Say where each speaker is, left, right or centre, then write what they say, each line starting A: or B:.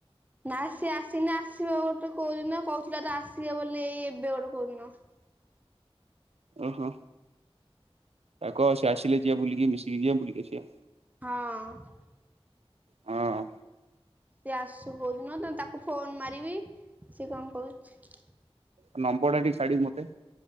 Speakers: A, on the right; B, on the right.
A: ନା ସିଏ ଆସୁନି ଆସିବ ଗୋଟେ କୋଉଦିନ କହୁଥିଲା ତ ଆସିବ ବୋଲି ଏଇ ଏବେ ଗୋଟେ କୋଉଦିନ
B: ଓହୋ ତାକୁ କହ ସିଏ ଆସିଲେ ଯିିବା ବୁଲିକି ମିଶିକି ଯିିବା ବୁଲିକି ଆସିବା।
A: ହଁ।
B: ହଁ
A: ସିଏ ଆସୁ କୋଉଦିନ ତ ତାକୁ ଫୋନ୍ ମାରିବି ସିଏ କଣ କହୁଚି
B: ତା ନମ୍ବରଟା ଟିକେ ଛାଡ଼ିବୁ ମତେ